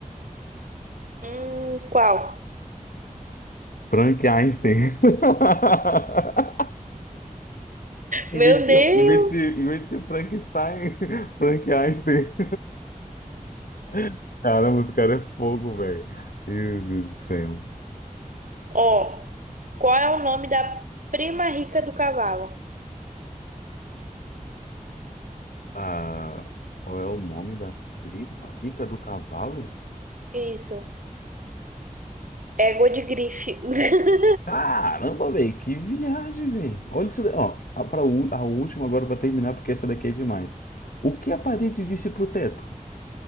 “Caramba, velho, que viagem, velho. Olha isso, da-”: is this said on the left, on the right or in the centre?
Left